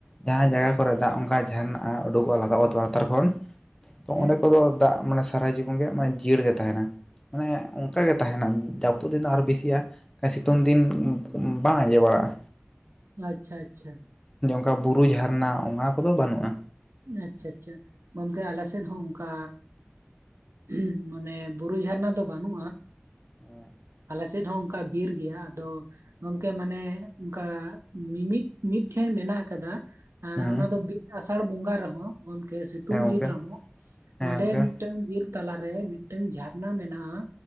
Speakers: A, on the left; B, on the right.
A: ᱡᱟᱦᱟᱸ ᱡᱟᱭᱜᱟ ᱠᱚᱨᱮ ᱫᱟᱜ ᱚᱱᱠᱟ ᱡᱷᱟᱹᱨᱱᱟᱜ-ᱟ ᱩᱰᱩᱠᱚᱜᱼᱟ ᱞᱟᱜ ᱞᱟᱛᱟᱨ ᱠᱷᱚᱱ ᱛᱚ
B: ᱦᱮᱸ
A: ᱚᱸᱰᱮ ᱠᱚᱫᱚ ᱫᱟᱜ ᱢᱟᱱᱮ ᱥᱟᱨᱟ ᱡᱤᱵᱚᱱ ᱜᱮ ᱢᱟᱱᱮ ᱡᱤᱭᱟᱹᱲ ᱜᱮ ᱛᱟᱦᱮᱱᱟ ᱢᱟᱱᱮ ᱚᱱᱠᱟᱜ ᱜᱮ ᱛᱟᱦᱮᱱᱟ ᱡᱟᱯ ᱯᱩᱜ ᱫᱤᱱ ᱫᱚ ᱟᱨ ᱵᱤᱥᱤᱜᱼᱟ ᱥᱤᱛᱩᱝ ᱫᱤᱱ ᱵᱟᱝ ᱟᱸᱡᱮᱫ ᱵᱟᱲᱟᱜᱼᱟ
B: ᱟᱪᱪᱷᱟ ᱟᱪᱪᱷᱟ
A: ᱡᱮ ᱚᱱᱠᱟ ᱵᱩᱨᱩ ᱡᱷᱟᱨᱱᱟ ᱚᱱᱟ ᱠᱚᱫᱚ ᱵᱟᱹᱱᱩᱜᱼᱟ᱾
B: ᱟᱪᱪᱷᱟ ᱟᱪᱪᱷᱟ ᱜᱚᱝᱠᱮ ᱟᱞ ᱥᱮᱫ ᱦᱚᱸ ᱚᱱᱠᱟ <unintelligible> ᱢᱟᱱᱮ ᱵᱩᱨ ᱡᱷᱟᱨᱱᱟ ᱫᱚ ᱵᱟᱹᱱᱩᱜᱼᱟ
A: <inaudible>
B: ᱟᱞᱮ ᱥᱮᱫ ᱦᱚᱸ ᱚᱱᱠᱟ ᱵᱤᱨ ᱜᱮᱭᱟ ᱟᱫᱚ ᱜᱚᱝᱠᱮ ᱢᱟᱱᱮ ᱚᱱᱠᱟ ᱢᱤᱢᱤᱫ ᱢᱤᱫ ᱴᱷᱮᱱ ᱢᱮᱱᱟᱜ ᱟᱠᱟᱫᱟ ᱟᱻ
A: ᱦᱩᱸ
B: ᱚᱱᱟ ᱫᱚ ᱵᱤ ᱟᱥᱟᱲ ᱵᱚᱸᱜᱟ ᱨᱮᱦᱚᱸ ᱜᱚᱢᱠᱮ ᱥᱤᱛᱩᱝ
A: ᱦᱮᱸ ᱜᱚᱝᱠᱮ
B: ᱫᱤᱱ ᱨᱮᱦᱚᱸ
A: ᱦᱮᱸ
B: ᱚᱸᱰᱮ
A: ᱜᱚᱝᱠᱮ
B: ᱢᱤᱫᱴᱟᱝ ᱵᱤᱨ ᱛᱟᱞᱟᱨᱮ ᱢᱤᱫᱴᱟᱝ ᱡᱷᱟᱨᱱᱟ ᱢᱮᱱᱟᱜᱼᱟ